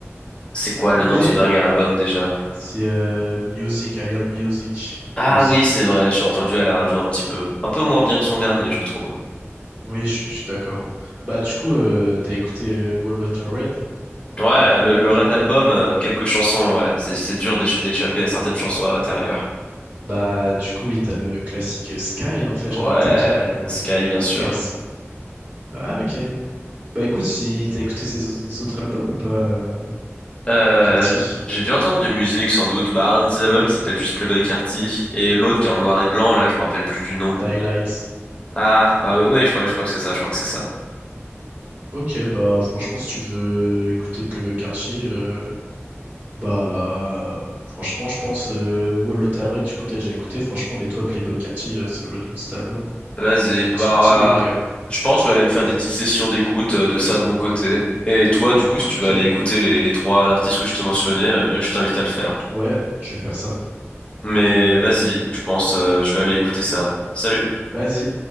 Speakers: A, on the left; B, on the right.
A: C'est quoi
B: Mais
A: le nom de son dernier album déjà?
B: c'est euh, Music, I am Music.
A: Ah
B: Music.
A: oui, c'est vrai, j'ai entendu à la radio un petit peu. Un peu moins bien que son dernier,
B: Hmm.
A: je trouve.
B: Oui, je, je suis d'accord. Bah du coup, euh, t'as écouté euh, Wall Water Red
A: Ouais, le, le Red
B: de...
A: Album, euh, quelques chansons, ouais. C'est, c'est dur d'éch- d'échapper à certaines chansons à l'intérieur.
B: Bah du coup, oui, t'as le classique euh, Sky, en fait, j'ai
A: Ouais,
B: envie de te dire. euh,
A: Sky, bien sûr.
B: quels sont. Ah, ok. Bah écoute, si t'as écouté ses au- autres albums ou pas, euh,
A: Euh,
B: Carty?
A: j'ai dû entendre de musique, sans doute. Bah, un de ses albums qui s'appelle juste Playboy Carti, et l'autre qui est en noir
B: Mm.
A: et blanc, là, je me rappelle plus du nom.
B: Daylight.
A: Ah, ah oui, oui, je crois, je crois que c'est ça, je crois que c'est ça.
B: Ok, bah franchement, si tu veux écouter Playboi Carti, euh, bah franchement, je pense euh, Wall of Tarot, du coup, t'as déjà écouté, franchement, mais toi, Playboi Carti, euh, c'est le nom de cet album. hein.
A: Vas-y. Bah,
B: Petit, petit banger.
A: euh, je pense que je vais aller me faire des petites sessions d'écoute euh, de ça de mon côté. Et toi, du coup,
B: Ok,
A: si tu veux aller écouter les, les trois artistes que je te mentionnais, euh, je t'invite à le faire.
B: ouais, je vais faire ça.
A: Mais vas-y, je pense, euh, je vais aller écouter ça. Salut.
B: Vas-y.